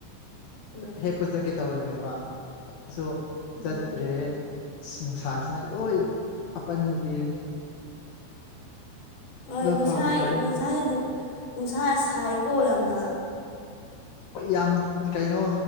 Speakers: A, on the left; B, on the left.
A: ꯎꯝ
B: ꯍꯦꯛꯄ ꯆꯠꯀꯦ ꯇꯧꯔꯤꯅꯦꯕ ꯑꯗꯨ
A: ꯎꯝ
B: ꯆꯠꯇ꯭ꯔꯦ꯫ ꯅꯨꯡꯁꯥꯁꯤꯅ ꯂꯣꯏ ꯑꯄꯟꯕ ꯄꯤꯔꯦ꯫
A: ꯍꯣꯏ
B: ꯑꯗꯣ
A: ꯉꯁꯥꯏ
B: ꯐꯕꯨ ꯐꯔꯦ
A: ꯉꯁꯥꯏ ꯅꯨꯡꯁꯥ ꯁꯥꯏꯀꯣ ꯌꯥꯝꯅ꯫
B: ꯍꯣꯏ ꯌꯥꯝ ꯀꯩꯅꯣ